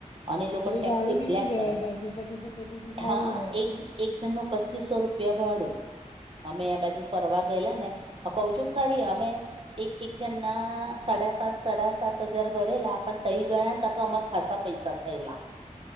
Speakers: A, on the right (about 45°); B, on the left (about 40°).
A: અને લોકોની
B: તો બી
A: ટટેક્સી
B: ભાડું કેટલું
A: બ્લેક
B: કેવાય
A: કલર
B: પાછું પચીસો પચીસો ભાડું
A: હા
B: હોય
A: એક એક જણનું પચીસો રૂપિયા ભાડું અમે એ બાજુ ફરવા ગયેલા ને, હ કહ છું ખરી અમે એક એક જણ ના સાડા સાત સાડા સાત હજા ભરેલા પણ થઈ ગયા ને તાર તો અમારા ખાસા પૈસા થયેલા